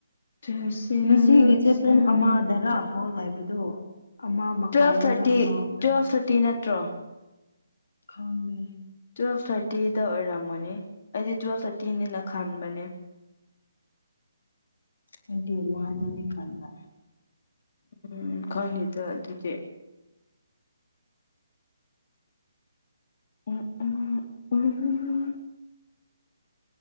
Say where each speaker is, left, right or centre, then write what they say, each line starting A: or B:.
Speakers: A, on the left (about 50°); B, on the left (about 65°).
A: ꯇꯨꯋꯦꯜꯐ
B: ꯉꯁꯤꯒꯤꯁꯦ ꯄꯨꯡ ꯑꯃꯥꯗꯔꯥ ꯕꯣꯜ ꯂꯩꯕꯗꯣ ꯑꯃ ꯃꯈꯥꯏꯗꯔ
A: ꯇꯨꯋꯦꯜꯐ ꯊꯔꯇꯤ
B: ꯑꯃꯗ
A: ꯇꯨꯋꯦꯜꯐ ꯊꯔꯇꯤ ꯅꯠꯇ꯭ꯔꯣ
B: ꯈꯪꯗꯦ
A: ꯇꯨꯋꯦꯜꯐ ꯊꯔꯇꯤꯗ ꯑꯣꯏꯔꯝꯒꯅꯤ ꯑꯩꯗꯤ ꯇꯨꯋꯦꯜꯐ ꯊꯔꯇꯤꯅꯦꯦꯅ ꯈꯟꯕꯅꯦ
B: ꯑꯩꯗꯤ ꯋꯥꯟꯗꯅꯤ ꯈꯟꯕ
A: ꯎꯝ ꯈꯪꯗꯦꯗ ꯑꯗꯨꯗꯤ <unintelligible>